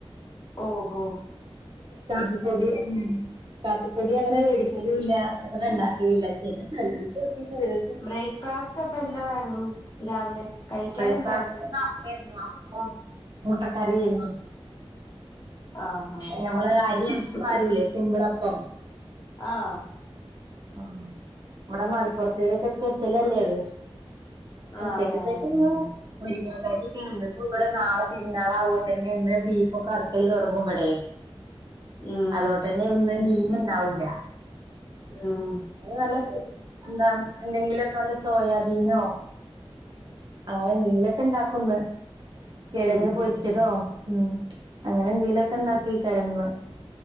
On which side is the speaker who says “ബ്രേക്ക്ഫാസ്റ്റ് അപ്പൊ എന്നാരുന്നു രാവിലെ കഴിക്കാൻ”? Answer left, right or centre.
Left